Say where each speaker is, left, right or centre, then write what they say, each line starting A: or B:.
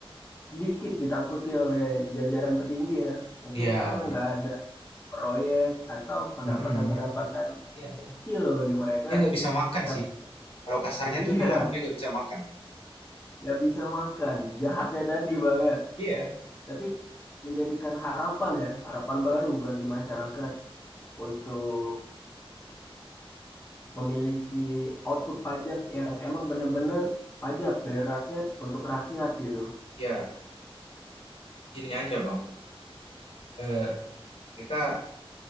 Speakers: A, on the left (about 20°); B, on the left (about 70°).
A: sedikit ditakuti oleh jajaran petinggi ya. Mungkin
B: iya
A: karena
B: benar.
A: nggak ada proyek atau pendapatan-pendapatan
B: Mm-mm. Iya,
A: kecil bagi mereka.
B: dia nggak bisa makan
A: Tapi
B: sih. Kalau kasarnya
A: iya,
B: tuh bilang dia nggak bisa makan.
A: nggak bisa makan. Jahatnya tadi Bang ya.
B: Iya,
A: Tapi menjadikan harapan ya, harapan baru bagi masyarakat untuk memiliki output pajak yang emang bener-bener pajak dari rakyat untuk rakyat gitu.
B: iya. Gini aja, Bang. Eh, kita